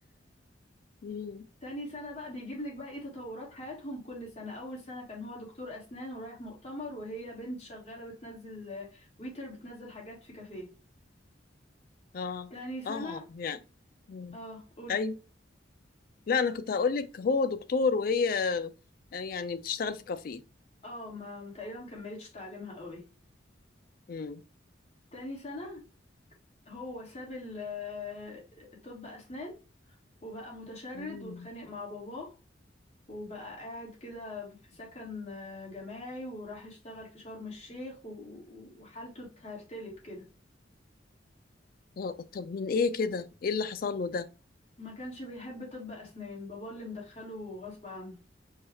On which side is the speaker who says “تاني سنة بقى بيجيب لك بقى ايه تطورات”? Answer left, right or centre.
Left